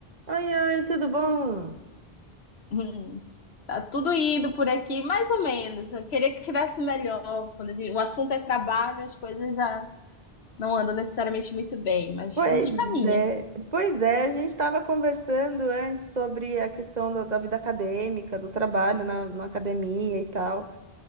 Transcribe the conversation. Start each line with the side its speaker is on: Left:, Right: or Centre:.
Right: Oi, oi, tudo bom?
Left: Hum, tá tudo indo por aqui, mais ou menos. Eu queria que tivesse melhor. Quando a gente- o assunto é trabalho, as coisas já não andam necessariamente muito bem, mas
Right: Pois
Left: a gente caminha.
Right: é, pois é, a gente estava conversando antes sobre a questão da, da vida acadêmica, do trabalho na, na academia e tal.